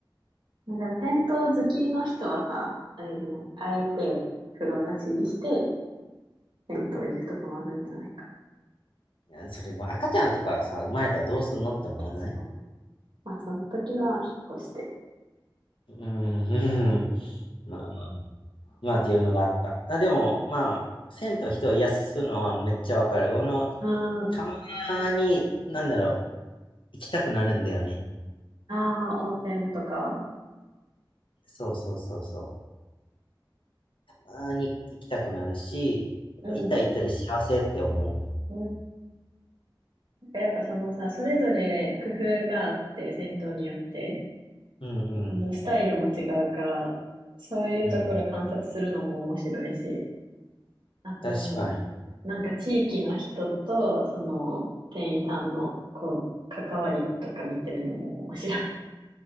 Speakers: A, on the right (about 70°); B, on the left (about 80°).
A: まあ、でも銭湯好きの人はさ、あれじゃない、あえて風呂なしにして、銭湯行くとかもあるんじゃないか
B: いやそれでも赤ちゃんとかさ、生まれたらどうすんのって思わない
A: な。確かに。まあ、その時は引っ越して。
B: うーん、<laughs> まあ、まあっていうのがあった。あ、でも、まあ、銭湯人を癒すのはめっちゃわかる。俺も
A: うん。
B: たまに、なんだろう、行きたくなるんだよね。
A: ああ、温泉とか。
B: そうそうそうそう。あに行きたくなるし、やっぱ行ったら行ったで幸せって思
A: うん。うんやっぱそのさ、それぞれ工夫があって、戦闘によって、
B: う。うん
A: あの、スタイルも違うから、そういうところ観察するのも面白いし、
B: うん。うん。
A: あと、
B: 確かに。
A: なんか地域の人と、その、店員さんの、こう、関わりとか見てるのも面白い。